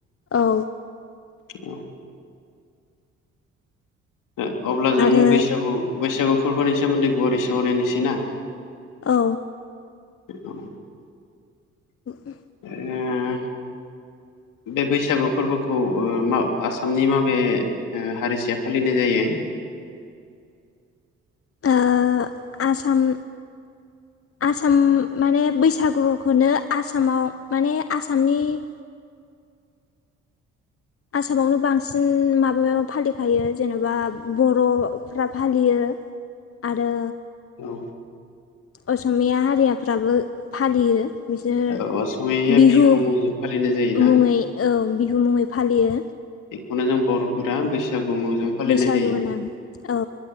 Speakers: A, on the left; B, on the left.
A: औ
B: औ। ओ अब्ला जों
A: आरो
B: बैसागु बैसागु फोरबोनि सोमोन्दै गुवारै सावरायनोसै ना।
A: औ।
B: <unintelligible>
A: <inaudible>
B: उम।
A: <inaudible>
B: बे बैसागु फोरबोखौ आसामनि माबे ओ हारिसाया फालिनाय जायो?
A: ओ आसाम आसाम माने बैसागुखौनो आसामाव माने आसामनि <inaudible> आसामावनो बांसिन माबायाव फालिखायो जेनेबा बर'फ्रा फालियो। आरो
B: औ।
A: असमीया हारियाफ्राबो फालियो। बिसोरो
B: औ असमिया
A: बिहु
B: मुंजों फालिनाय जायोना
A: मुङै ओं बिहु मुङै फालियो।
B: बेखौनो जों बर'फोरा बैसाग <unintelligible> फालिनाय
A: बैसागु
B: जायो
A: होनो औ